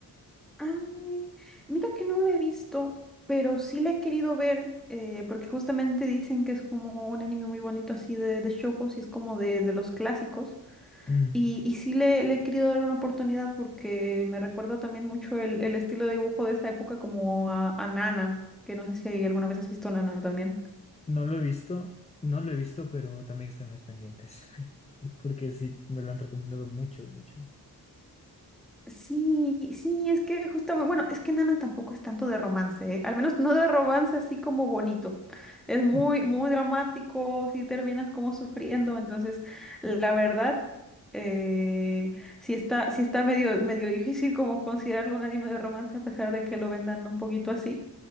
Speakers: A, in the centre; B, on the left (about 15°).
A: Ay, mira que no la he visto, pero sí la he querido ver, eh, porque justamente dicen que es como un anime muy bonito así de, de shoujos y es como de, de los clásicos.
B: Mm,
A: Y, y sí le, le he querido dar una oportunidad porque me recuerda también mucho el, el estilo de dibujo de esa época como a, a Nana, que no sé si alguna vez has visto Nana también.
B: No lo he visto, no lo he visto, pero también están mis pendientes, <laughs> porque sí, me lo han recomendado mucho, mucho.
A: Sí, sí, es que justamente, bueno, es que Nana tampoco es tanto de romance, ¿eh? Al menos no de romance así como bonito. Es muy,
B: <laughs>
A: muy dramático, si terminas como sufriendo, entonces la verdad, eh, sí está, sí está medio, medio difícil como considerarlo un anime de romance a pesar de que lo vendan un poquito así.